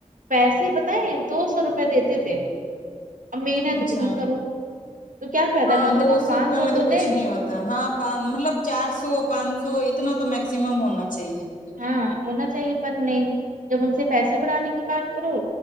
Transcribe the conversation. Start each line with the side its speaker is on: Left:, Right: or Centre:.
Right: پیسے بتائیں دو سو روپئے دیتے تھے اب محنت
Left: اچھا
Right: اتنی کرو تو کیا فائدہ
Left: ہاں
Right: کم سے
Left: دو
Right: کم پانچ
Left: سو روپئے میں تو کچھ
Right: دیں
Left: نہیں ہوتا ہاں مطلب چار سو پانچ سو اتنا تو میکسیمم ہونا چاہیے
Right: ہاں ہونا چاہیے پر نہیں جب ان سے پیسے بڑھانے کی بات کرو